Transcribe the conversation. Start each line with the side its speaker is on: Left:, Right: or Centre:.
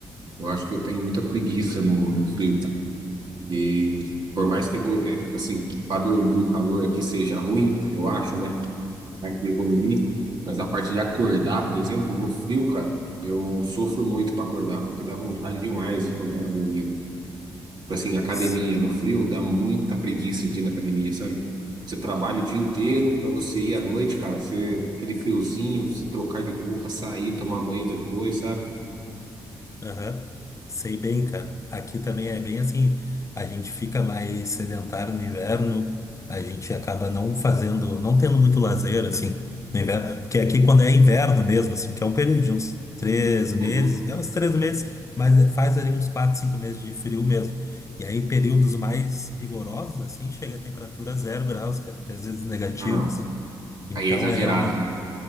Right: Eu acho que eu tenho muita preguiça no, no frio, cara. E por mais que, eu go- é, tipo assim, para dormir o calor aqui seja ruim, eu acho, né? parte de dormir, mas a parte de acordar, por exemplo, no frio, cara, eu sofro muito para acordar, porque dá vontade demais de continuar dormindo. Tipo assim, academia
Left: Ts-
Right: no frio dá muita preguiça de ir na academia, sabe? Você trabalha o dia inteiro para você ir à noite, cara, você, aquele friozinho, você trocar de roupa, sair, tomar banho depois, sabe?
Left: Aham. Sei bem, cara. Aqui também é bem assim. A gente fica mais sedentário no inverno, a gente acaba não fazendo, não tendo muito lazer, assim, no inverno. Porque aqui, quando é inverno mesmo, assim, que é um período de uns três meses,
Right: Uhum.
Left: é uns três meses, mas é, faz ali uns quatro, cinco meses de frio mesmo. E aí, períodos mais rigorosos, assim, chega a temperatura zero graus, cara, até às vezes negativos.
Right: Não, não.
Left: assim. Então,
Right: Aí é exagerado,
Left: é realmente
Right: né?